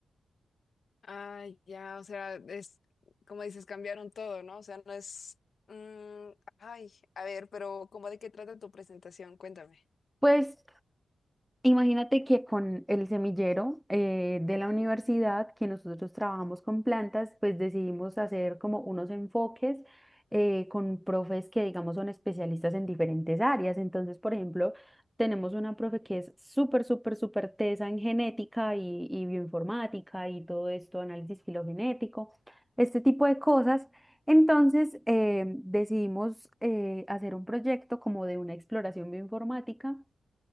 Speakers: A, on the left; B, in the centre.
A: Ah, ya, o sea, es como dices, cambiaron todo, ¿no? O sea, no es... mm, ay, a ver, pero ¿cómo de qué trata tu presentación? Cuéntame.
B: Pues Imagínate que con el semillero eh, de la universidad, que nosotros trabajamos con plantas, pues decidimos hacer como unos enfoques eh, con profes que, digamos, son especialistas en diferentes áreas. Entonces, por ejemplo, tenemos una profe que es súper, súper, súper tesa en genética y, y bioinformática y todo esto, análisis filogenético, este tipo de cosas. Entonces, eh, decidimos eh, hacer un proyecto como de una exploración bioinformática